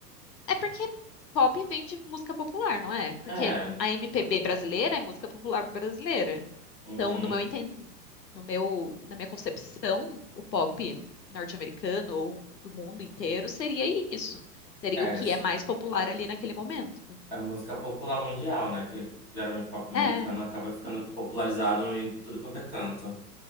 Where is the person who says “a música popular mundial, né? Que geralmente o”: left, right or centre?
Centre